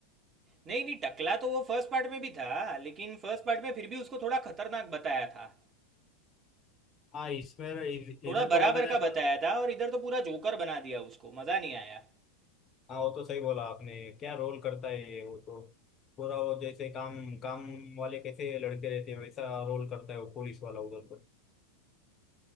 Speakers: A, on the right (about 25°); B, on the left (about 25°).
A: नहीं नहीं टकला तो वो फर्स्ट पार्ट में भी था लेकिन फर्स्ट पार्ट में फिर भी उसको थोड़ा खतरनाक बताया था
B: हाँ इसमें इध-
A: थोड़ा
B: इधर तो
A: बराबर
B: बताया
A: का बताया
B: पर
A: था और इधर तो पूरा जोकर बना दिया उसको मज़ा नहीं आया
B: हाँ वो तो सही बोला आपने क्या रोल करता है ये, वो तो पूरा वो जैसे काम काम वाले कैसे लड़के रहते हैं वैसा रोल करता है वो पुलिस वाला उधर तो